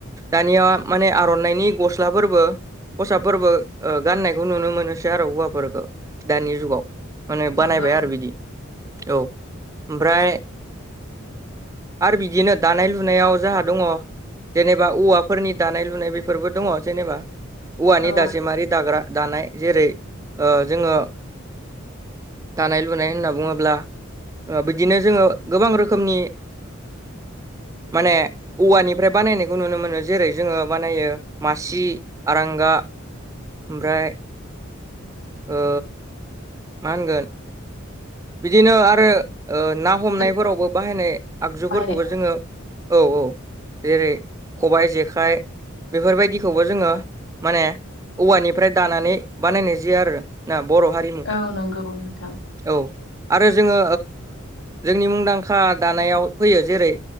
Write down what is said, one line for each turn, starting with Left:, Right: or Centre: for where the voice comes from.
Right: दानिया माने आर'नाइनि गस्लाफोरबो खसाबफोरबो गाननायखौ नुनो मोनोसै आरो हौवाफोरफोरखौ दानि जुगाव माने बानायबाय
Left: नंगौ
Right: आरो बिदि औ ओमफ्राय आरो बिदिनो दानाय लुनायाव जोंहा दङ जेनेबा औवाफोरनि दानाय लुनाय बेफोरबो दङ जेनेबा औवानि
Left: नोंथां औ
Right: दाजेमारि दाग्रा दानाय जेरै जोङो दानाय लुनाय होनना बुङोब्ला बिदिनो जोङो गोबां रोखोमनि माने औवानिफ्राय बानायनायखौ नुनो मोनो जेरै जोङो बानायो मासि आरांगा ओमफ्राय ओ मा होनगोन बिदिनो आरो ना हमनायफोरावबो
Left: जों
Right: बाहायनाय आगजुफोरखौबो
Left: बाहायनाय
Right: जोङो औ औ जेरै खबाइ जेखाइ बेफोरबायदिखौबो जोङो माने औवानिफ्राय दानानै बानायनाय जायो आरो ना बर' हारि
Left: औ नंगौ नोंथां
Right: औ आरो जोङो जोंनि मुंदांखा दानायाव फैयो जेरै